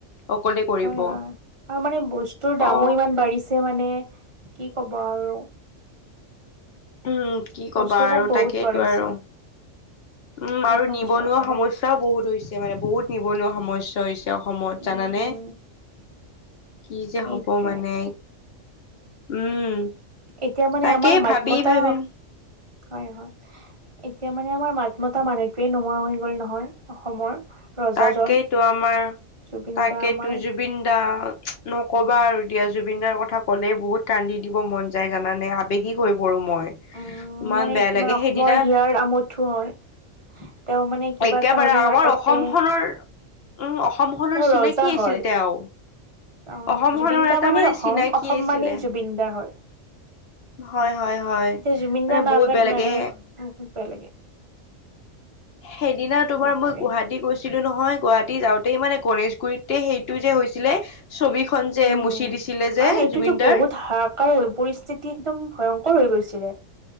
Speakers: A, on the left; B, on the right.
A: অকলে কৰিব
B: হয় হয় আৰু মানে বস্তুৰ দামো
A: অ
B: ইমান বাঢ়িছে মানে মানে কি ক'ব আৰু
A: উম কি ক'বা
B: বস্তুৰ
A: আৰু
B: দাম বহুত
A: তাকেইতো
B: বঢ়াইছে
A: আৰু উম আৰু
B: এইখন
A: নিবনুৱা
B: চৰকাৰে
A: সমস্যাও বহুত হৈছে মানে বহুত নিবনুৱা সমস্যা হৈছে অসমত
B: উম
A: জানানে
B: উম
A: কি যে
B: সেইটোৱে
A: হ'ব মানে উম
B: এতিয়া মানে
A: তাকেই
B: আমাৰ মাতমতা
A: ভাবি ভাবি
B: হয় হয় এতিয়া মানে আমাৰ মাত মতা মানুহটোয়ে নোহোৱা হৈ গল নহয় অসমৰ ৰজাজন
A: তাকেইতো আমাৰ
B: জুবিন
A: তাকেই
B: দা আমাৰ
A: তো জুবিন দা নকবা আৰু দিয়া জুবিনদাৰ কথা ক'লেই বহুত কান্দি দিব মন যায় জানে আবেগিক হৈ পৰো মই
B: উম
A: ইমান
B: মানে
A: বেয়া
B: তোমাৰ
A: লাগে
B: অসমৰ
A: সেইদিনা
B: হিয়াৰ আমঠু হয় তেওঁ মানে কিবা
A: একেবাৰে
B: এটা হ'লে
A: আমাৰ
B: আগতে
A: অসমখনৰ উম অসমখনৰ
B: তেওঁ
A: চিনাকি
B: ৰজা
A: আছিল
B: হয়।
A: তেঁও
B: আহ
A: অসমখনৰ
B: জুবিন দা
A: এটা
B: মানেই
A: মানে
B: অসম
A: চিনাকি
B: অসম
A: আছিলে
B: মানেই জুবিন দা হয়।
A: হয় হয় হয়
B: এতিয়া জুবিন
A: মানে
B: দা নাই
A: বহুত
B: কাৰণ
A: বেয়া
B: নাই
A: লাগে
B: বহুত বেয়া লাগে
A: সেইদিনা
B: সেইটোৱে
A: তোমাৰ মই গুৱাহাটী গৈছিলো নহয় গুৱাহাটী যাওঁতেই মানে, গণেশগুৰিততে সেইটো যে হৈছিলে। ছবিখন যে
B: উম
A: মুচি দিছিলে যে
B: আহ এইটোতো
A: জুবিনদাৰ
B: বহুত হাহাকাৰ হৈ পৰিস্থিতি একদম ভয়ংকৰ হৈ গৈছিলে।